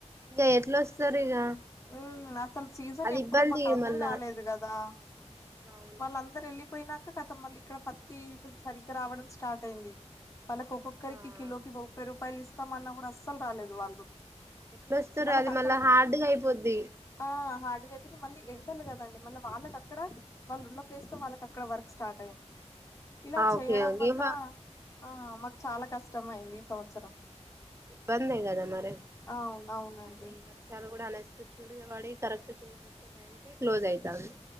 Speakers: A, on the right; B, on the left.
A: ఇంకా ఎట్లావస్తారు ఇక
B: మ్మ్ అసలు సీజన్
A: అది
B: ఎప్పుడో
A: ఇబ్బంది
B: మాకు అర్థం
A: మళ్ళా
B: కాలేదు కదా
A: అవును
B: వాళ్ళందరు వెళ్ళి పోయినాక కతం మళ్ళీ ఇక్కడ పత్తి సరిగ్గా రావడం స్టార్ట్ అయింది వాళ్ళకి ఒక్కొక్కరికి
A: ఆ
B: కిలోకి ముప్పై రూపాయలు ఇస్తామన్నా కూడా అస్సలు రాలేదు వాళ్ళు
A: ఎట్లొస్తారు
B: వాళ్ళకి
A: అది
B: అక్కడ
A: మళ్ళా హార్డ్గా అయిపోద్ది
B: ఆ హా అ చెప్ప మళ్ళీ ఎండలు కదండి మళ్ళీ వాళ్ళకిక్కడ వాళ్ళు ఉన్న ప్లేస్ లో వాళ్ళకి అక్కడ వర్క్ స్టార్ట్ అయింది ఇలా
A: ఆ
B: చేయడం
A: ఓకే ఓకే
B: వల్ల
A: ఇవ
B: ఆ మాకు చాలా కష్టం అయింది ఈ సంవత్సరం
A: ఇబ్బందే కదా మరి
B: అవును అవునండి
A: అది ఈ వర్షాలు కూడా అ నెక్స్ట్ త వాడి కరెక్ట్చ్చ టై క్లోజ్ అయితాంది